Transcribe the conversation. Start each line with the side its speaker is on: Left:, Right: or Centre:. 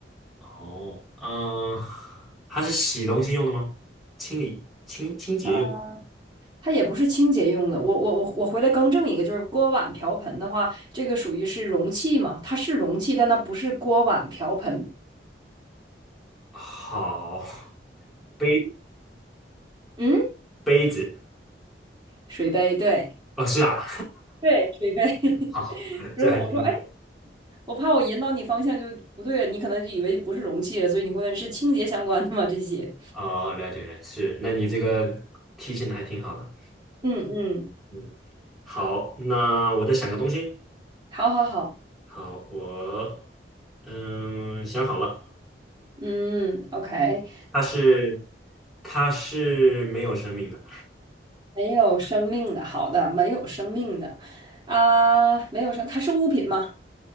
Centre: 哦，嗯、它是洗东西用的吗？清理、清清洁用的。
Right: 啊。它也不是清洁用的。我我我我回来更正一个，就是锅碗瓢盆的话，这个属于是容器嘛？它是容器，但它不是锅碗瓢盆。
Centre: 好，杯子
Right: 嗯，
Centre: 杯子
Right: 水杯，对
Centre: 哦，是啊，
Right: 对，水杯。<laughs>
Centre: <laughs> 好，
Right: 不是，
Centre: 这还挺
Right: 我说，哎，我怕我引导你方向就不对了，你可能就以为就不是容器了，所以你会问是清洁相关的吗？这些。
Centre: 哦，了解了，是。那你这个提醒的还挺好的，
Right: 嗯嗯，
Centre: 嗯，好，那我再想个东西。
Right: 好好好，
Centre: 好，我嗯想好了。
Right: 嗯，OK，
Centre: 它是它是没有生命的，
Right: 没有生命的，好的，没有生命的，啊，没有生，它是物品吗？